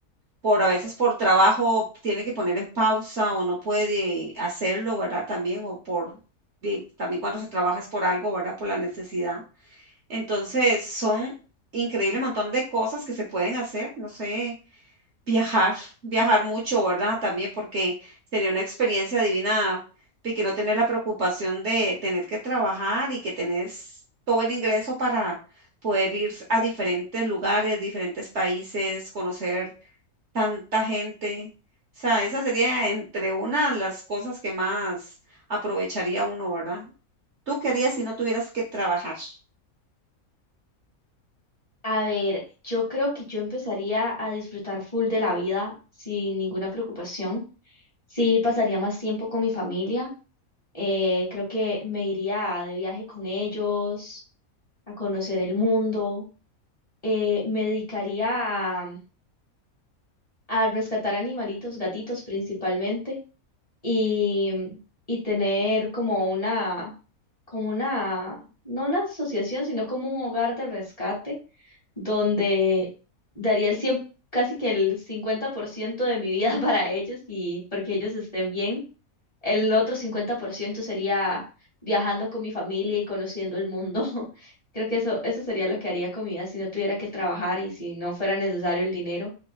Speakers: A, on the right; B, on the left.
A: por a veces por trabajo tiene que poner en pausa o no puede hacerlo, ¿verdad? También, o por, y también cuando se trabaja es por algo, ¿verdad? Por la necesidad. Entonces, son increíble montón de cosas que se pueden hacer, no sé, viajar, viajar mucho, ¿verdad? También porque sería una experiencia divina y que no tener la preocupación de tener que trabajar y que tenés todo el ingreso para poder ir a diferentes lugares, diferentes países, conocer tanta gente. O sea, esa sería entre una de las cosas que más aprovecharía uno, ¿verdad? ¿Tú querías si no tuvieras que trabajar?
B: A ver, yo creo que yo empezaría a disfrutar full de la vida sin ninguna preocupación. Sí, pasaría más tiempo con mi familia. Eh, creo que me iría de viaje con ellos, a conocer el mundo. Eh, me dedicaría a, a rescatar animalitos, gatitos principalmente, y, y tener como una, como una, no una asociación, sino como un hogar de rescate donde daría el 100, casi que el 50% de mi vida <laughs> para ellos y porque ellos estén bien. El otro 50% sería viajando con mi familia y conociendo el mundo. <laughs> Creo que eso, eso sería lo que haría con mi vida si no tuviera que trabajar y si no fuera necesario el dinero.